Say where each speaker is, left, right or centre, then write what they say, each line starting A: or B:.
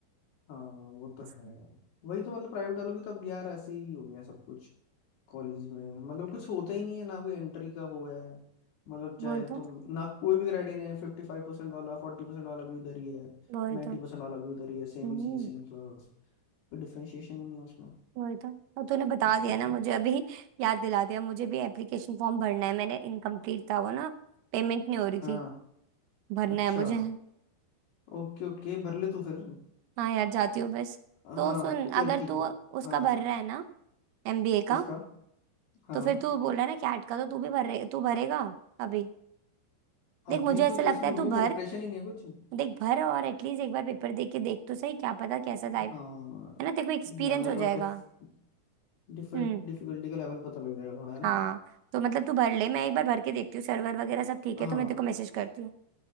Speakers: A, on the left; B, on the right.
A: हाँ वो तो
B: इसलिए
A: है वही तो मतलब प्राइवेट वालों की तो अब यार ऐसे ही हो गया सब कुछ कॉलेज में मतलब कुछ होता ही नहीं है ना कोई एंट्री का वो है मतलब चाहे
B: वही तो
A: तुम ना कोई भी ग्रेड नहीं है फिफ्टी फाइव परसेंट वाला फोर्टी परसेंट वाला भी उधर ही है 90%
B: वही तो
A: परसेंट वाला भी उधर ही है सेम
B: हम्म
A: ही चीज सेम क्लास कोई डिफरेंशिएशन ही नहीं है उसमें
B: वही तो और तूने बता
A: तो
B: दिया
A: फिर
B: ना मुझे
A: तो
B: अभी याद दिला दिया मुझे भी एप्लीकेशन फॉर्म भरना है मैंने इनकम्प्लीट था वो ना पेमेंट नहीं हो रही
A: हाँ
B: थी भरना
A: अच्छा
B: है मुझे
A: ओके ओके भर ले तू फिर
B: हाँ यार जाती हूँ बस
A: हाँ
B: तो सुन
A: चल
B: अगर
A: ठीक
B: तू
A: है
B: उसका
A: हाँ
B: भर रहा है ना एमबीए
A: किसका
B: का
A: हाँ
B: तो फिर तू बोल रहा है ना कैट का तो तू भी भरे तू भरेगा अभी
A: अभी
B: देख मुझे ऐसा
A: तो कैसे
B: लगता
A: भरूंगा
B: है तू भर
A: प्रिपरेशन ही नहीं है कुछ
B: देख भर और एटलीस्ट एक बार पेपर दे के देख तो सही क्या पता कैसा टाइप
A: हाँ
B: है ना तेरे को एक्सपीरियंस
A: लेवल
B: हो जाएगा
A: ऑफ डिफ डिफिकल्ट
B: हम्म
A: डिफिकल्टी का लेवल पता लग जाएगा थोड़ा है ना
B: हाँ तो मतलब तू भर ले मैं एक बार भर के देखती हूँ सर्वर वगैरह सब ठीक है
A: हाँ
B: तो मैं तेरे को मैसेज करती हूँ